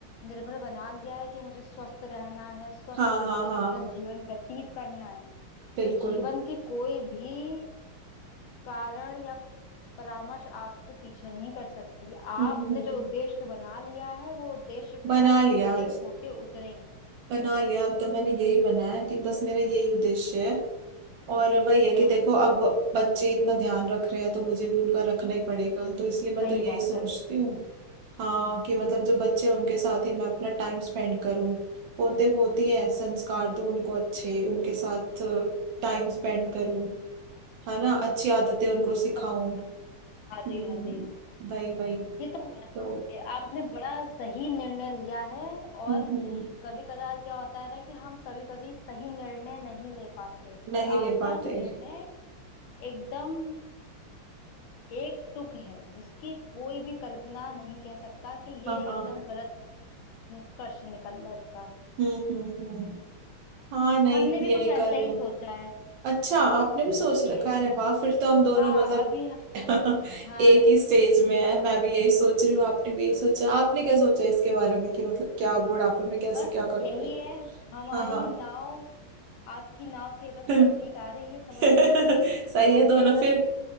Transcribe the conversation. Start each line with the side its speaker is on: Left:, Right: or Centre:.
Left: निर्भर बना लिया है कि मुझे स्वस्थ रहना है स्वस्थ
Right: हाँ
Left: तरीके
Right: हाँ हाँ
Left: से अपना जीवन व्यतीत करना है
Right: बिल्कुल
Left: तो जीवन के कोई भी कारण या परामर्श आपको पीछे नहीं कर सकती आपने
Right: हम्म हम्म
Left: जो उद्देश्य बना लिया है वो उद्देश्य पे
Right: बना
Left: आप
Right: लिया
Left: खरे खोटे उतरेंगे
Right: बना लिया अब तो मैंने यही बनाया कि बस मेरा यही उद्देश्य है और वही है
Left: हम्म
Right: कि देखो अब बच्चे इतना ध्यान रख रहे हैं तो मुझे भी उनका रखना ही पड़ेगा तो इसलिए मैं
Left: सही
Right: तो यही
Left: बात
Right: सोचती
Left: है
Right: हूँ हाँ कि मतलब जो बच्चे हैं उनके साथ ही मैं अपना टाइम स्पेंड करूँ पोते पोती है संस्कार दूँ उनको अच्छे उनके साथ टाइम स्पेंड करूँ है ना अच्छी आदतें उनको सिखाऊं
Left: और क्या
Right: हम्म
Left: हाँ जी हाँ जी
Right: भाई भाई
Left: ये तो होना ही चाहिए
Right: तो
Left: आपने बड़ा सही निर्णय लिया है और
Right: हम्म हम्म
Left: कभी कदार क्या होता है ना कि हम कभी कभी सही निर्णय नहीं ले पाते पर
Right: नहीं
Left: आपका
Right: ले पाते
Left: निर्णय एकदम एक टुक है जिसकी कोई भी कल्पना नहीं कह सकता कि ये
Right: हाँ
Left: एकदम
Right: हाँ
Left: गलत निष्कर्ष निकल रहा है इसका
Right: हम्म हम्म हम्म हाँ नहीं
Left: हमने भी
Right: यही
Left: कुछ
Right: कर
Left: ऐसा
Right: रही
Left: ही
Right: हूँ
Left: सोचा है
Right: अच्छा आपने भी सोच
Left: कि
Right: रखा है अरे वाह फिर तो हम दोनों
Left: हाँ
Right: मतलब
Left: अभी
Right: <laughs>
Left: हाँ
Right: एक ही स्टेज में है मैं भी यही सोच रही हूँ आपने भी यही सोचा आपने क्या सोचा इसके बारे में कि मतलब क्या आप बुढ़ापे में कैसे
Left: बस
Right: क्या करोगे
Left: यही है हमारी
Right: हाँ हाँ
Left: नाव आपकी नाव के बस
Right: <laughs>
Left: नजदीक आ रही है समझ
Right: सही
Left: लीजिए हमने
Right: है दोनों फिर
Left: बस